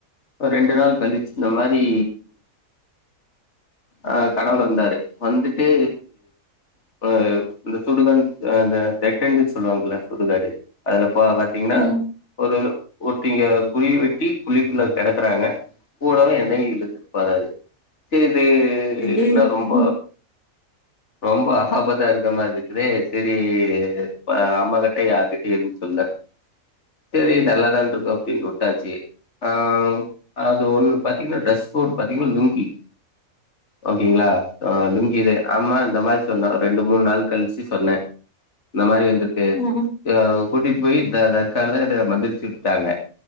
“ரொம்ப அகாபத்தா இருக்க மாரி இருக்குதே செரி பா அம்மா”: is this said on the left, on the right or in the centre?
Left